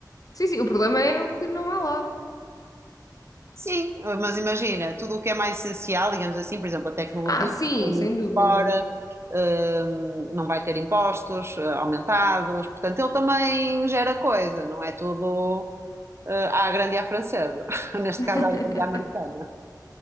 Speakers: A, on the left (about 55°); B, on the right (about 35°).
A: Sim, sim. O problema é o que não há lá.
B: Sim, mas imagina, tudo o que é mais essencial, digamos assim, por exemplo, a tecnologia,
A: Ah, sim,
B: foi muito
A: sem dúvida.
B: fora, hum, não vai ter impostos, eh, aumentados, portanto, ele também gera coisa, não é tudo, eh, à grande e à francesa, <laughs> neste
A: <laughs>
B: caso à grande e à americana.